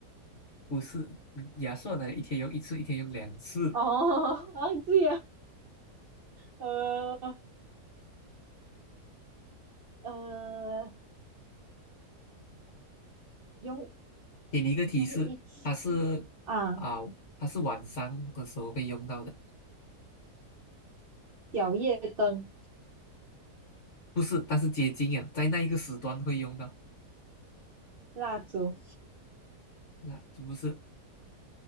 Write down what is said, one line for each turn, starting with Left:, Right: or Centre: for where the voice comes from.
Left: 不是牙刷呢，一天用一次，一天用两次。
Right: 哦，<laughs> 忘记了，呃呃，用
Left: 给你一个提示，
Right: 用一起
Left: 它是啊，
Right: 啊，
Left: 它是晚上的时候会用到的，
Right: 小夜灯、
Left: 不是，但是接近啊，在那一个时段会用到。
Right: 蜡烛，
Left: 那这不是